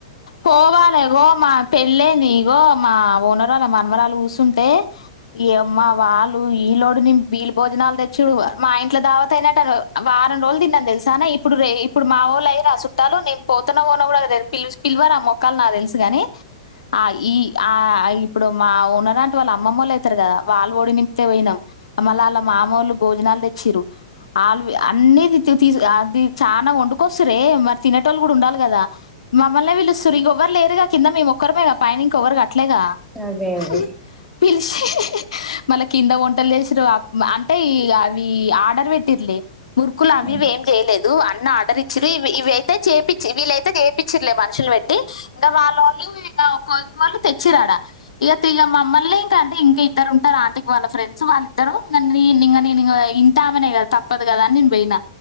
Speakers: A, on the left; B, in the centre.
A: పోవాలే గోమార్ పెళ్లేందీగో మా ఓనరాళ్ళ మనమరాలు గూసుంటే ఏవమ్మా వాళ్ళు ఈ లోడునింపి ఈలు భోజనాల్ దె చ్చుడూ మా ఇంట్ల దావత్ అయినట్టరూ అవ్వా ఆరం రోలు దిన్నాను తెల్సానే ఇప్పుడురే ఇప్పుడు మావోళ్ళు అయిరా సుట్టాల్లు నేన్ పోతన్న ఓనో గుడా లేద్ పిలుస్ పిల్వారామొక్కాల్ నా తెలుసు గాని ఆ ఈ ఆ ఇప్పుడు మా ఓనరాంటి వాళ్ళ అమ్మమ్మోల్లయితరు గదా వాల్ ఒడి నింప్తే బొయినాం మళ్ళ ఆళ్ల మామోల్ళు భోజనాల్ తెచ్చిరు ఆల్వీ అన్నీ తి తీ తీసియా ది చాన్న వొండుకొస్తురే మరి తినేటోళ్ళు గుడ ఉండాలి గదా మమ్మల్నే విలుస్తురు ఇగొవ్వర్ లేరుగా కింద మేమొక్కరమేగ పైనింకొవ్వరు గట్లేగా
B: అదే అదే
A: హహా పిలిష్ హిహి ఇహ్ మళ్ళ కింద వంటల్ జేసిరు ఆప్ మ అంటే ఇగ అవ్వీ ఆర్డర్ పెట్ తిర్లే మురుకులవ్వి
B: ఉమ్
A: వేం జేయలేదు అన్న ఆర్డర్ ఇచ్చిరి ఇవ్ ఇవి అయితే చేపిచ్ వీలైతే చే పిచ్చిట్లే మనుషులు బెట్టి ఇంక వాళోళ్లు వీళ్ళ కొరుకు వాళ్ళు తెచ్చిరాడా ఇగ తియ్యమ్మ మ్మ మళ్ళీ ఇంకా అంటే ఇంకా ఇద్దరు ఉంటారు ఆంటీకి వాళ్ళ ఫ్రెండ్స్ వాళ్ళిద్దరూ ఇగ నేనింగ నేనింగ ఇంటామనే గా తప్ప గదా అని నేను బొయ్యిన